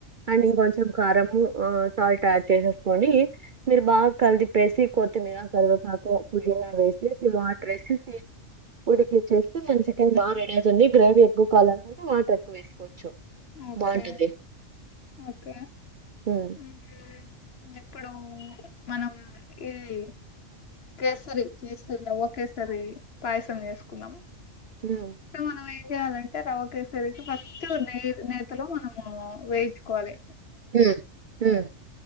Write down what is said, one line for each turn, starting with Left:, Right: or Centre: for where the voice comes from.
Right: అండ్ ఇంకొంచెం కారంము సాల్ట్ యాడ్ చేసేసుకొని, మీరు బాగా కలిదిపేసి, కొత్తిమీర, కరివేపాకు. పుదీనా వేసేసి వాటర్ వేసేసి ఉడికిచ్చేస్తే మంచి చికెన్ బాగా రెడి అవుతుంది గ్రేవీ ఎక్కువాలికుంటే వాటర్ ఎక్వ వేసుకోవచ్చు.
Left: ఓకే
Right: బాగుంటది
Left: ఓకే
Right: ఉమ్
Left: ఉహూ ఇప్పుడు మనం ఇది కేసరి ఒకేసారి పాయసం చేసుకున్నాం.
Right: ఉమ్
Left: సో మనమైతే ఏం చేయాలంటే రవ్వ కేసరికి ఫస్ట్ నే నేత లో మనము వేయించుకోవాలి.
Right: ఉమ్ ఉమ్